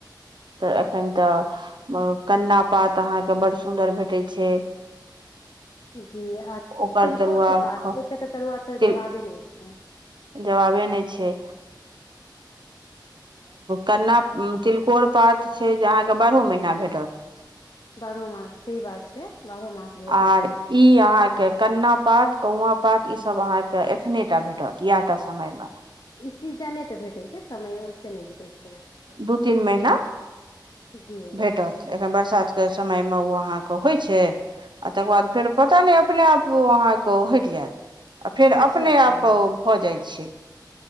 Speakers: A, on the right; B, on the left.
A: तऽ एखन तऽ कन्ना पात अहाँके बड् सुन्दर भेटैत छै <unintelligible>
B: जी आ
A: ओकर
B: तिलकोर
A: तरुआ
B: के पात
A: ख
B: एके तऽ तरुआ तऽ
A: तिल
B: जवाबे नहि छै
A: जवाबे नहि छै कन्ना तिलकोर पात छै जे अहाँके बारहो महीना भेटत
B: बारहो मास से बात छै बारहो मास भेटै
A: आर
B: छै
A: ई अहाँके कन्ना पात कौआ पात ईसभ अहाँके एखने टा भेटत इएह टा समयमे
B: ई सीजने परे भेटे छै समय से नहि भेटे छै ने
A: दू तीन महिना
B: जी
A: भेटत एखन बरसा बरसात के समय मे ओ अहाँ के होइ छै आ तकर बाद फेर पता नहि अपने आप अहाँ के हटि जायत आ फेर
B: अच्छा
A: अपने
B: अच्छा
A: आप भऽ जाइ छै